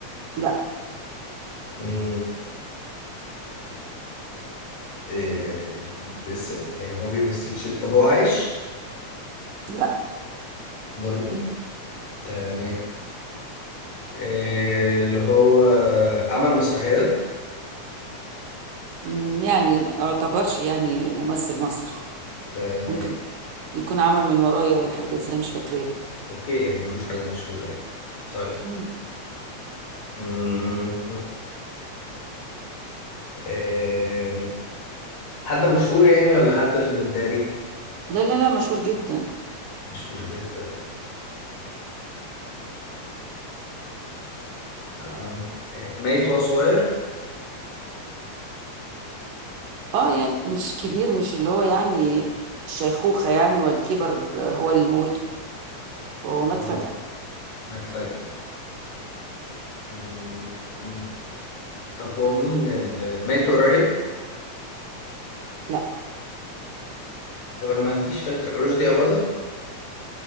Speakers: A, on the right; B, on the left.
A: لا
B: مم. إيه لسه يعني هو بيمثلش طب هو عايش
A: لا
B: برضه تمام إيه اللي هو عمل مسرحيات
A: مم، يعني ما يعتبرش يعني ممثل مسرح
B: تمام
A: ممكن يكون عمل من ورايا ولا حاجه بس انا مش فاكراه له
B: اوكي يعني ملوش حاجة مشهورة يعني طيب
A: مم.
B: مم. <laughs> آم، حد مشهور يعني ولا حد في المداري
A: لا لا لا مشهور جدا
B: مشهور جدا آه، ميت وهو صغير
A: اه يعني مش كبير مش اللي هو يعني الشيخوخة يعني والكبر آه، هو اللي موته هو مات
B: اه
A: فجأة
B: مات فجأة مم. مم. طب هو مين ال- ميت قريب
A: لا
B: طب انا ما عنديش فكرة رشدي أباظة